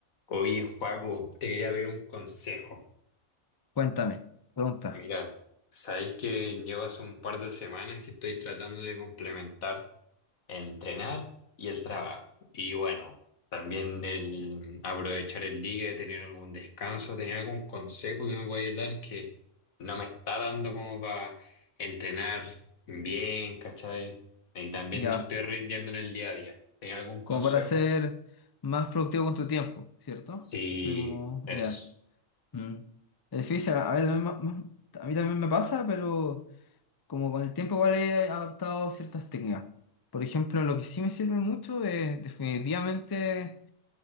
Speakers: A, on the left; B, on the left.
A: Oye, Joaco, te quería ver un consejo.
B: Cuéntame, pregunta,
A: Mira, sabéis que llevo hace un par de semanas que estoy tratando de complementar entrenar y el trabajo. Y bueno, también el aprovechar el día, tener algún descanso, tener algún consejo que me pueda dar que no me está dando como para entrenar bien, ¿cachai? Y también
B: ya,
A: no estoy rindiendo en el día a día. ¿Tenía algún consejo?
B: como para ser más productivo con tu tiempo, ¿cierto?
A: Sí,
B: Soy como,
A: es.
B: ya. mm. Es difícil, a mí también, ma- ma- a mí también me pasa, pero como con el tiempo igual he adaptado ciertas técnicas. Por ejemplo, lo que sí me sirve mucho es definitivamente